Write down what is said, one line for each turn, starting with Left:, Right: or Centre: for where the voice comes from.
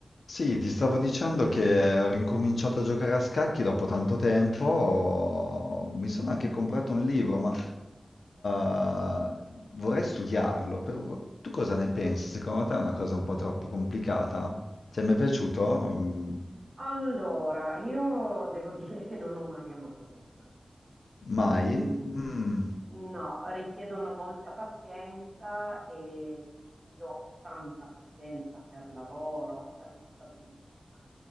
Left: Sì, ti stavo dicendo che ho ricominciato a giocare a scacchi dopo tanto tempo, mi sono anche comprato un libro, ma eh, vorrei studiarlo. Per- Tu cosa ne pensi? Secondo te è una cosa un po' troppo complicata? Ti è mai piaciuto? Mm,
Right: Allora, io devo <laughs> dire che non ho mai amato molto gli scacchi.
Left: Mai?
Right: Mm,
Left: Mm,
Right: no, richiedono molta pazienza e io ho tanta pazienza per lavoro, per la famiglia